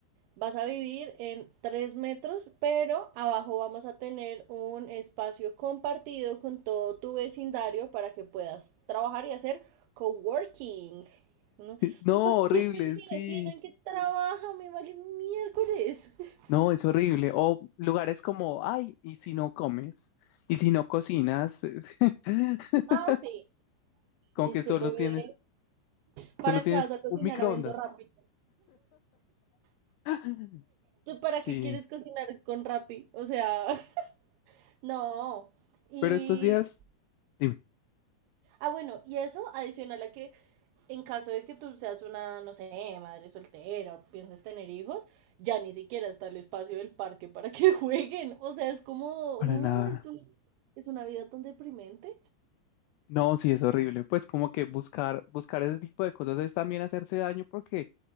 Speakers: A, on the right; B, on the left.
A: Vas a vivir en 3 metros, pero abajo vamos a tener un espacio compartido con todo tu vecindario para que puedas trabajar y hacer coworking. ¿no?
B: Sí. No,
A: Yo para qué
B: horrible,
A: quiero ver a mi
B: sí.
A: vecino en qué trabaja, me vale miércoles. <laughs>
B: No, es horrible. O lugares como, ay, ¿y si no comes? ¿Y si no cocinas? <laughs>
A: Ah, sí.
B: Como
A: Dice
B: que solo
A: que bebé,
B: tienes,
A: ¿para
B: solo tienes
A: qué vas a cocinar
B: un microondas.
A: habiendo Rappi?
B: <laughs>
A: ¿Tú para
B: Sí,
A: qué quieres cocinar con Rappi? O sea, <laughs> no. Y,
B: pero estos días Dime,
A: ah, bueno, y eso adicional a que en caso de que tú seas una, no sé, madre soltera o pienses tener hijos, ya ni siquiera está el espacio del parque para que <laughs> jueguen. O sea, es como,
B: para
A: no,
B: nada.
A: es un- es una vida tan deprimente.
B: No, sí es horrible. Pues como que buscar, buscar ese tipo de cosas es también hacerse daño porque